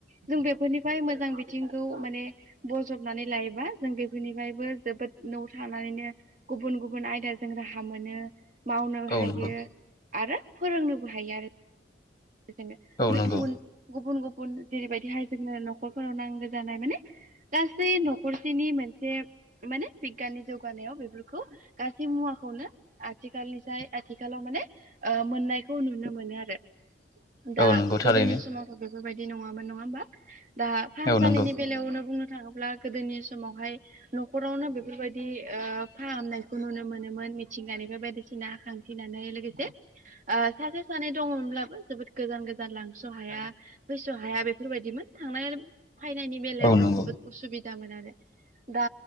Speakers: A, on the right; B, on the left.
A: जों बेफोरनिफ्राय मोजां बिथिंखौ माने बजबनानै लायोबा जों बे निफ्रायबो जोबोद न'आव थानानैनो गुबुन गुबुन आयदाजों राहा मोनो। मावनोबो
B: औ
A: हायो
B: नंगौ
A: आरो फोरोंनोबो हायो आरो। गुबुन
B: औ नंगौ
A: गुबुन गुबुन जेरैबायदि हायार सेकेण्डारि न'खरफोराव नांगौ जानाय माने गासै न'खरसेनि मोनसे माने बिगियाननि जौगानायाव बेफोरखौ गासै मुवाखौनो आथिखालनिफ्राय आथिखालाव माने मोननायखौ नुनो मोनो आरो। दा
B: औ नंगौ
A: गोदोनि
B: थारैनो
A: समावथ' बेफोरबायदि नङामोन नङा होमबा दा फाहामसालिनि
B: औ नंगौ
A: बेलायावनो बुंनो। थाङोब्ला गोदोनि समावहाय नखरावनो बेफोरबायदि फाहामनायखौ नुनो मोनोमोन। मिथिंगानिफ्राय बायदिसिना खांथिनानै लोगोसे सासे सानै दङमोनब्लाबो। जोबोद गोजान गोजान लांस' हाया फैस' हाया बेफोरबायदिमोन थांनाय फायनायनि बेलायाबो
B: औ नंगौ
A: जोबोद उसुबिदामोन आरो दा